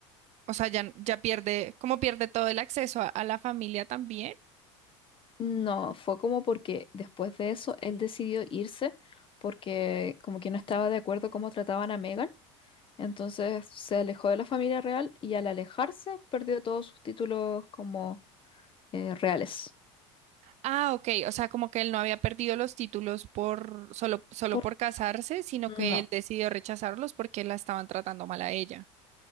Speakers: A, on the right; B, on the left.
A: o sea, ya, ya pierde, como pierde todo el acceso a a la familia también.
B: No, fue como porque después de eso él decidió irse porque como que no estaba de acuerdo cómo trataban a Meghan. Entonces se alejó de la familia real y al alejarse perdió todos sus títulos como eh, reales.
A: Ah, ok, o sea, como que él no había perdido los títulos por solo, solo
B: ¿Por
A: por casarse, sino que
B: No,
A: él decidió rechazarlos porque la estaban tratando mal a ella.